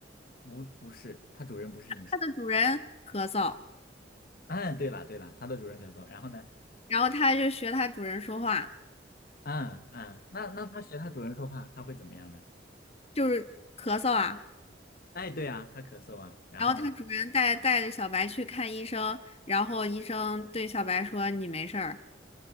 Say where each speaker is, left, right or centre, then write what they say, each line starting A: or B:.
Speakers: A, on the left; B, on the left.
A: 不不是，它主人不是医生。
B: 它的主人咳嗽，
A: 嗯，对了对了，它的主人咳嗽，然后呢？
B: 然后它就学它主人说话，
A: 嗯嗯，那那它学它主人说话，它会怎么样呢？
B: 就是咳嗽啊。
A: 哎，对啊，它咳嗽啊，然后呢？
B: 然后他主人带带着小白去看医生，然后医生对小白说：“你没事儿。”